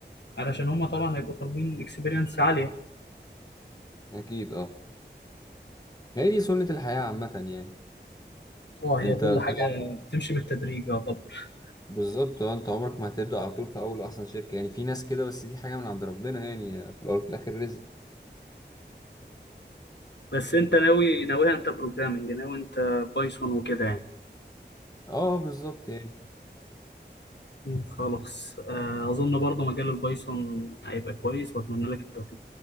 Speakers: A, on the left (about 70°); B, on the left (about 20°).
A: علشان هما طبعا هيبقوا طالبين اكسبيرينس عاليه
B: اكيد اه هي دي سنة الحياة عامة يعني
A: اه هي
B: انت
A: كل
B: طبعا
A: حاجه بتمشي بالتدريج يعتبر
B: بالظبط اه انت عمرك ما هتبدأ على طول في اول اصلا شركة يعني في ناس كده بس دي حاجة من عند ربنا يعني في الاول وفي الاخر رزق
A: بس انت ناوي ناويها انت بروجرامنج ناوي انت بايثون وكده يعني
B: اه بالظبط يعني
A: مم، خلاص آه، اظن برضو مجال البايثون هيبقى كويس واتمنى لك التوفيق